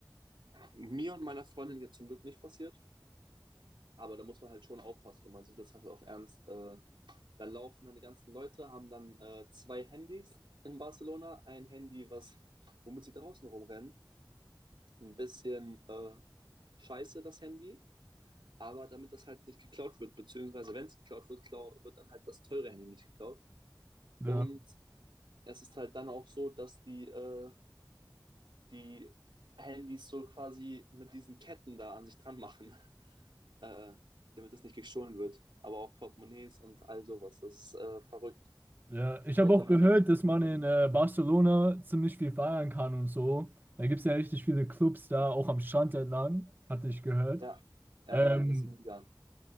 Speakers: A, on the right; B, on the right.
A: Mir und meiner Freundin jetzt zum Glück nicht passiert, aber da muss man halt schon aufpassen und man sieht das halt auf Ernst. Äh, dann laufen dann die ganzen Leute, haben dann äh, zwei Handys in Barcelona. Ein Handy, was, womit sie draußen rumrennen. Ein bisschen äh, scheiße, das Handy. Aber damit das halt nicht geklaut wird, beziehungsweise wenn es geklaut wird, klau wird dann halt das teure Handy nicht geklaut.
B: da
A: Und es ist halt dann auch so, dass die, äh, die Handys so quasi mit diesen Ketten da an sich dran machen, <laughs> äh, damit das nicht gestohlen wird. Aber auch Portemonnaies und all sowas. Das ist äh, verrückt.
B: Ja, ich
A: Ich
B: habe
A: muss
B: auch
A: mal
B: gehört,
A: gut,
B: dass man in äh, Barcelona ziemlich viel feiern kann und so. Da gibt es ja richtig viele Clubs da, auch am Strand entlang, hatte ich gehört.
A: Ja, ja,
B: Ähm,
A: ja, ist mega.